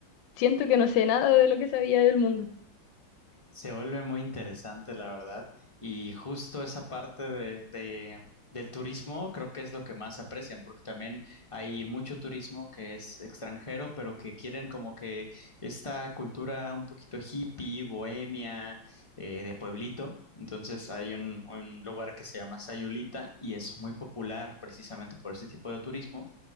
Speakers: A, on the left; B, on the left.
A: siento que no sé nada de lo que sabía del mundo.
B: Se vuelve muy interesante, la verdad. Y justo esa parte de, de- del turismo creo que es lo que más aprecian, porque también hay mucho turismo que es extranjero, pero que quieren como que esta cultura un poquito hippie, bohemia, eh, de pueblito. Entonces hay un, un lugar que se llama Sayulita y es muy popular precisamente por ese tipo de turismo.